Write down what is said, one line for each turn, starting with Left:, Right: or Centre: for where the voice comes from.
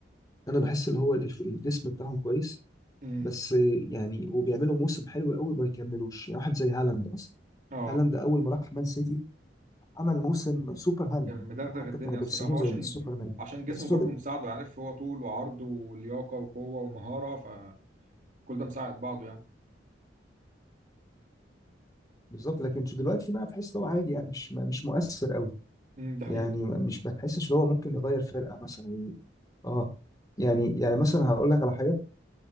Left: انا بحس اللي هو الف- الجسم بتاعهم كويس
Right: امم
Left: بس يعني وبيعملوا موسم حلو قوي ما يكملوش يعني واحد زي هالاند مثلا
Right: اه
Left: هالاند اول ما راح مان سيتي عمل موسم سوبر هالاند
Right: كان مدغدغ
Left: يعني حتى
Right: الدنيا
Left: كانوا بيرسموه
Right: الصراحه
Left: زي
Right: وعشان
Left: السوبرمان
Right: عشان جسمه
Left: بس فضل
Right: برضه مساعده عارف هو طول وعرض ولياقه وقوه ومهاره فكل ده مساعد بعضه يعني
Left: بالظبط لكن دلوقتي بقى تحس ان هو عادي يعني مش مش مؤثر قوي
Right: امم ده حقيقة
Left: يعني مش بتحسش ان هو ممكن يغير فرقه مثلا و... اه يعني يعني مثلا هقول لك على حاجه